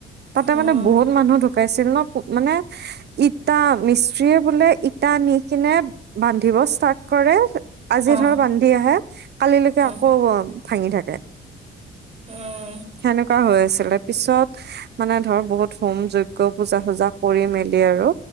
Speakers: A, on the right (about 55°); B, on the right (about 35°).
A: তাতে
B: উম,
A: মানে বহুত মানুহ ঢুকাইছিল ন মানে ই ইটা, মিস্ত্ৰীয়ে বোলে ইটা আনি কিনে বান্ধিব ষ্টাৰ্ট কৰে আজি
B: অ',
A: ধৰ বান্ধি আহে, কালিলৈকে
B: অ',
A: আকৌ ভাঙি থাকে।
B: উম,
A: সেনেকুৱা হৈ আছিলে। পিছত মানে ধৰ বহুত হোম যজ্ঞ পুজা-ফুজা কৰি মেলি আৰু